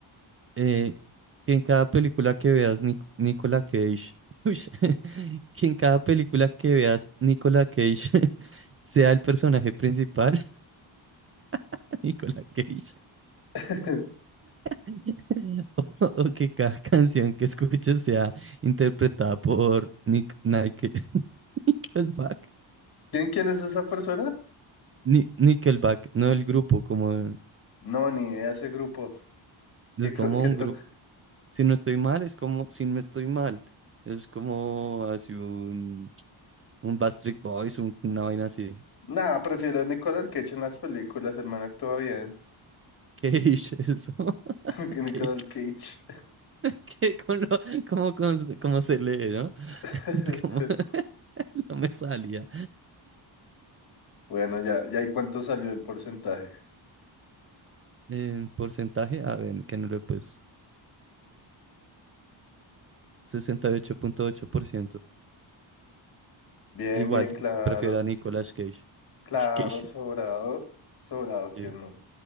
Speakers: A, on the right; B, on the left.
A: eh, que en cada película que veas Nic- Nicolas Cage, <laughs> uy, <laughs> que en cada película que veas Nicolas Cage <laughs> sea el personaje principal, <laughs> Nicolas Cage,
B: <laughs>
A: <laughs> o, o que cada <laughs> canción que escuches sea interpretada por Nick, Nike- <laughs> Nickelback,
B: ¿Quién, quién es esa persona?
A: Ni- Nickelback, no el grupo, como
B: No, ni idea, ese grupo.
A: es
B: ¿Qué, co-
A: como
B: qué
A: un
B: toca?
A: grupo. Si no estoy mal, es como si no estoy mal, es como hace un Un Backstreet Boys, un- una vaina así. <laughs>
B: Nah, prefiero a Nicolas Cage en las películas, el man actúa bien.
A: ¿Qué es eso? <laughs>
B: <laughs> Que Nicolas
A: ¿Qué,
B: Cage.
A: qué, cómo, lo- cómo, cons- cómo se lee, ¿no?
B: <laughs>
A: <laughs> ¿Cómo? <laughs> No me salía.
B: Bueno, ya, ya, ¿y cuánto salió el porcentaje?
A: En porcentaje, a ver, que no lo he puesto. sesenta y ocho punto ocho por ciento
B: Bien,
A: Igual,
B: bien, claro.
A: prefiero a Nicolas Cage.
B: Claro,
A: <laughs> Cage.
B: sobrado. Sobrado, que
A: Sí,
B: no.